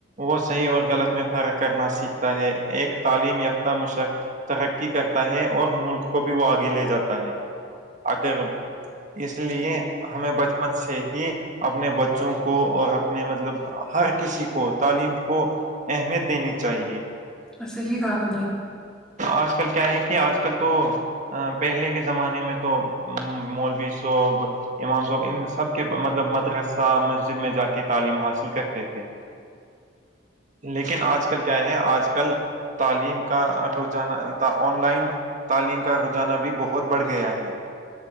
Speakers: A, on the right; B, in the centre.
A: وہ صحیح اور غلط میں فرق کرنا سیکھتا ہے ایک تعلیم یافتہ مشق ترقی کرتا ہے اور ملک کو بھی وہ آگے لے جاتا ہے اگر اس لیے ہمیں بچپن سے ہی اپنے بچوں کو اور اپنے مطلب ہر کسی کو تعلیم کو اہمیت دینی چاہیے
B: وسےح ہی کہا آپ نے
A: آج کل کیا ہے کہ آج کل تو ا پہلے کے زمانے میں تو مولوی صوب امام صاب ان سب کے مطلب مد ر صا مسجد جد میں جا کے تعلیم حاصل کرتےے لیکن آج کل کیا ہے آج کل تعلیم کا رانہ آن لائن تعلیم کا رجانہ بھی بہت بڑھ گیا ہے